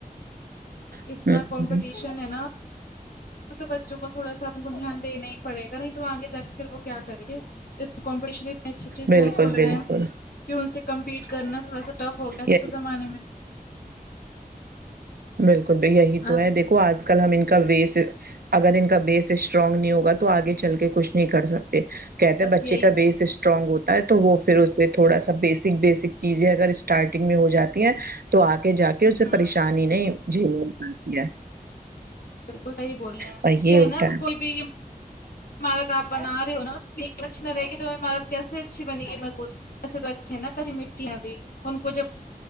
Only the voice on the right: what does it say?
ہوں،
ہوں،
بالکل
بالکل
یہ
بالکل بھ یہی تو
ہے دیکھ آج کل ہم ان کا وس اگر ان کا بیس اسٹرانگ نہیں ہوگا تو آگے چل کے کچھ نہیں کر سکتے کہتے
بچے
کا
بیس اس اسٹرانگ ہوتا ہے تو وہ پھر اس سے تھوڑا سا بیسک بیسک چیزیں اگر اسٹارٹنگ میں ہو جاتی ہیں تو آ کے جا کے اسے
پریشانی نہیں جھیل نی پڑھ تی ہے
اور یہ
ہوتا